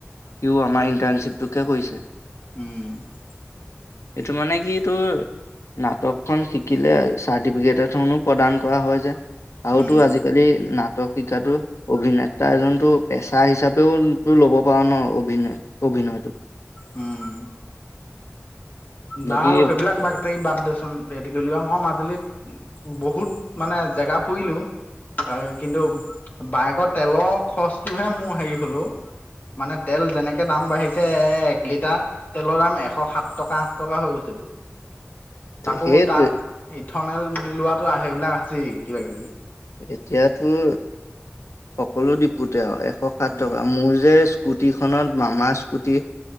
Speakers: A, on the left; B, on the left.
A: সিও আমাৰ ইণ্টাৰ্ণশ্বিপটোকে কৰিছে।
B: উম
A: এইটো মানে কি তোৰ নাটকখন শিকিলে চাৰ্টিফিকেট এখনো প্ৰদান কৰা হয় যে। আৰু
B: উম
A: তোৰ আজিকালি নাটক শিকাতো অভিনেতা এজনতো পেচা হিচাপেও তো ল'ব পাৰা ন অভনে অভিনয়টো
B: উম বাৰু
A: বাকী
B: সেইবিলাক বা বাদ দেচোন হেতি কৰি মই মাজুলীত বহুত মানে জেগা ফুৰিলো আ কিন্তু বাইকৰ তেলৰ খৰচটোহে মোৰ হেৰি হল ঔ মানে তেল যেনেকে দাম বাঢ়িছে এ এক লিটাৰ তেলৰ দাম এশ সাত টকা টকা হৈ গৈছেগৈ তাকো
A: সেইটোৱে
B: তাত ইথনেল মিলোৱাটো আহে সেইবিলাক আছেই কিবা কিবি
A: এতিয়া তোৰ সকলো দিপুতে আৰু এশ সাত
B: উম
A: টকা মোৰ যে স্কুটি খনত মামাৰ স্কুটি